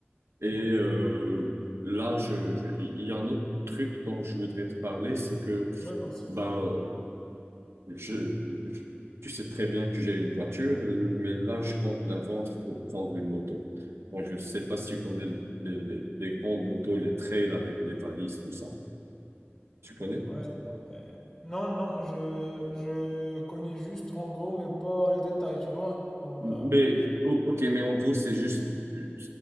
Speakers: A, on the right (about 90°); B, on the left (about 20°).
A: Et
B: ouais.
A: euh, là, je, je- il y a un autre truc dont je voudrais te parler, c'est que,
B: Ouais, vas-y.
A: ben, je, je- tu sais très bien que j'ai une voiture, euh, mais là, je compte la vendre pour prendre une moto. Donc, je sais pas si tu connais les, les, les grandes motos, les trails avec des valises, tout ça. Tu connais?
B: Ouais. euh, Non, non, je, je connais juste en gros, mais pas les détails, tu vois. Genre,
A: Mais,
B: euh,
A: o- ok, mais en gros, c'est juste, euh, euh,